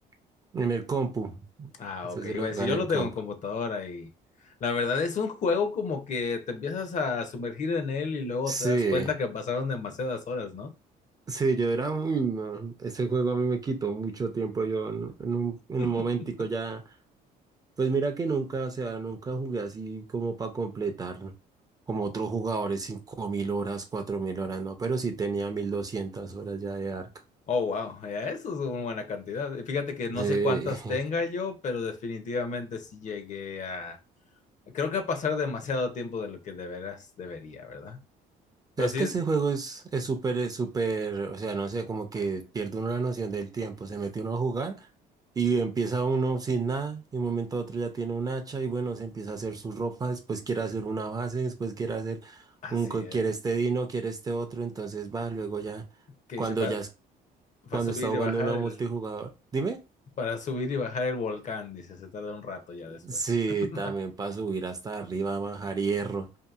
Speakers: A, on the right; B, on the left.
A: <laughs> en el compu.
B: Ah,
A: Entonces
B: ok. Iba
A: lo
B: a
A: jugaba
B: decir, yo
A: en
B: lo
A: el
B: tengo
A: compu.
B: en computadora y la verdad es un juego como que te empiezas a sumergir en él y luego
A: Sí,
B: te das cuenta que pasaron demasiadas horas, ¿no?
A: sí, yo era muy... No, ese juego a mí me quitó mucho tiempo, yo en, en un, en
B: <laughs>
A: un momentico ya, pues mira que nunca, o sea, nunca jugué así como para completar como otros jugadores 5.000 horas, 4.000 horas, no, pero sí tenía 1.200 horas ya de Ark.
B: Oh, wow, ya eso es una buena cantidad. Y Fíjate que no
A: Sí.
B: sé cuántas
A: <laughs>
B: tenga yo, pero definitivamente sí llegué a... Creo que a pasar demasiado tiempo de lo que de veras debería, ¿verdad? Pero
A: sea, Es
B: sí,
A: que ese juego es es súper, es súper, o sea, no sé, como que pierde uno la noción del tiempo, se mete uno a jugar y empieza uno sin nada, y de un momento a otro ya tiene un hacha y bueno, se empieza a hacer su ropa, después quiere hacer una base, después quiere hacer
B: así
A: un, co-
B: es.
A: quiere este dino, quiere este otro, entonces va, luego ya,
B: Que
A: cuando
B: dice, para
A: ya, es- cuando
B: subir
A: está jugando
B: y bajar
A: uno a
B: el...
A: multijugador, dime.
B: Para subir y bajar el volcán, dice, se tarda un rato ya después.
A: Sí,
B: <laughs>
A: también para subir hasta arriba, bajar hierro.